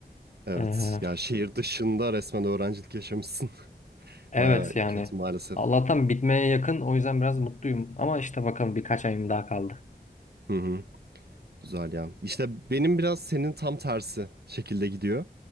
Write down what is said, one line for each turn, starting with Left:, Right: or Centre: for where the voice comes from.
Right: Evet.
Left: Ee,
Right: Ya şehir dışında resmen öğrencilik yaşamışsın. <laughs>
Left: evet
Right: Baya
Left: yani.
Right: kötü maalesef.
Left: Allah'tan bitmeye yakın. O yüzden biraz mutluyum. Ama işte bakalım birkaç ayım daha kaldı.
Right: Hı hı. Güzel ya. İşte benim biraz senin tam tersi şekilde gidiyor.